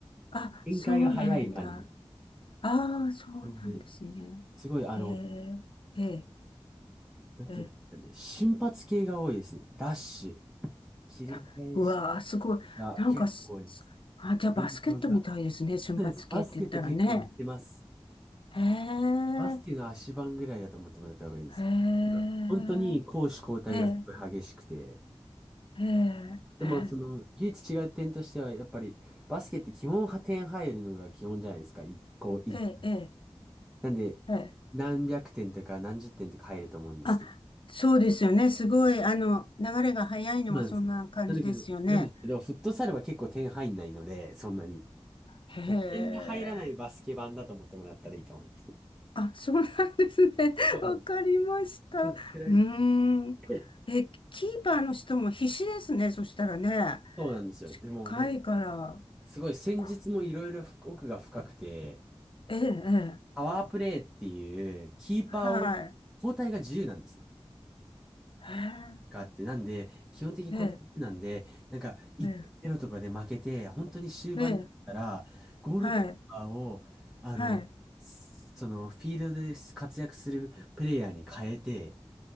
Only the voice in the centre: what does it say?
展開が早い感じです。
なんで、すごい、あの、
なんていうかね、
瞬発系が多いですね。ダッシュ、切り返し
が結構多いです。
運動が。
そうです。バスケと結構似てます。
バスケの足盤ぐらいだと思ってもらった方がいいです。
今本当に攻守交代がすごい激しくて、
でもその、
唯一違う点としては、やっぱりバスケって基本は点入るのが基本じゃないですか。一個、一。
なんで、
何百点とか何十点とか入ると思うんですけど
そうなんですよ。なんだけど、なんですけど、フットサルは結構点入んないので、そんなに。
点が入らないバスケ版だと思ってもらったらいいと思います。
多分
嫌
い
そうなんですよ。でも、
なんか、すごい戦術もいろいろ奥が深くて、
パワープレイっていう、キーパーを、
交代が自由なんですね。
があって、なんで、基本的に固定なんで、
なんか、1-0とかで負けて、
本当に終盤になったら、
ゴールキーパーを、
あの、
すその、フィールドで活躍するプレイヤーに変えて、